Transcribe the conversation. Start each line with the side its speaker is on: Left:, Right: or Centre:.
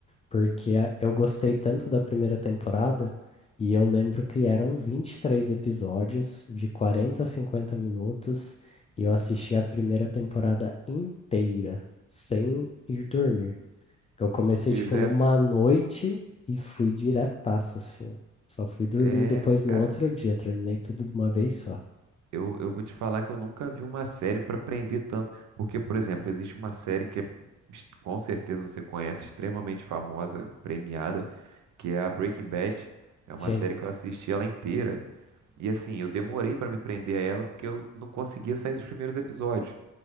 Left: porque a- eu gostei tanto da primeira temporada e eu lembro que eram 23 episódios de 40 a 50 minutos e eu assisti a primeira temporada inteira, sem ir dormir. Eu comecei,
Right: direto.
Left: tipo, numa noite e fui diretaço, assim, ó. Só fui dormindo
Right: É,
Left: depois
Right: cara.
Left: no outro dia, terminei tudo de uma vez só.
Right: Eu, eu vou te falar que eu nunca vi uma série pra prender tanto. Porque, por exemplo, existe uma série que é, ex- com certeza você conhece, extremamente famosa, premiada, que é a Breaking Bad. É uma
Left: Sim.
Right: série que eu assisti ela inteira. E assim, eu demorei pra me prender a ela porque eu não conseguia sair dos primeiros episódios.